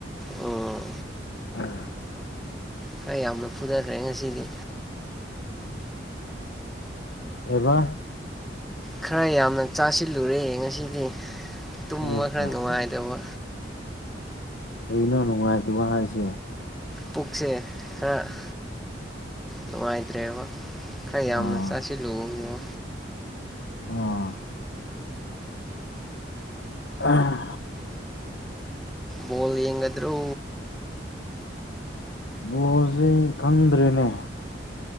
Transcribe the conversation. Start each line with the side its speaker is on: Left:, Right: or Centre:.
Centre: ꯎꯝ
Left: ꯎꯝ
Centre: ꯈꯔ ꯌꯥꯝꯅ ꯐꯨꯊꯈ꯭ꯔꯦ ꯉꯁꯤꯗꯤ
Left: ꯀꯩꯕ
Centre: ꯈꯔ ꯌꯥꯝꯅ ꯆꯥꯁꯤꯜꯂꯨꯔꯦ ꯉꯁꯤꯗꯤ ꯇꯨꯝꯕ
Left: ꯍꯣꯏ
Centre: ꯈꯔ
Left: ꯍꯣꯏ
Centre: ꯅꯨꯡꯉꯥꯏꯇꯕ
Left: ꯍꯣꯏ ꯀꯩꯅꯣ ꯅꯨꯡꯉꯥꯏꯇꯕ ꯍꯥꯏꯁꯦ
Centre: ꯄꯨꯛꯁꯦ ꯈꯔ ꯅꯨꯡꯉꯥꯏꯇ꯭ꯔꯦꯕ ꯈꯔ
Left: ꯑꯥ
Centre: ꯌꯥꯝꯅ ꯆꯥꯁꯤꯂꯨꯕꯒꯤꯉꯣ
Left: ꯑꯥ ꯑꯥ
Centre: ꯕꯣꯜ ꯌꯦꯡꯒꯗ꯭ꯔꯣ
Left: ꯕꯣꯜꯁꯦ ꯈꯪꯗ꯭ꯔꯦꯅꯦ